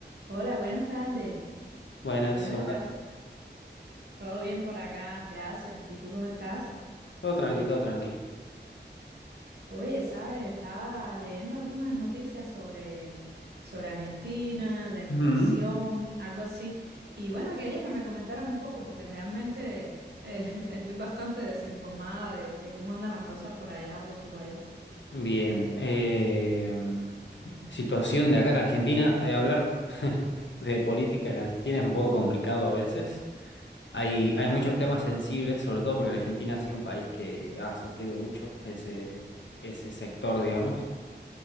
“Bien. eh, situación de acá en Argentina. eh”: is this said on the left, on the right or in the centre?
Left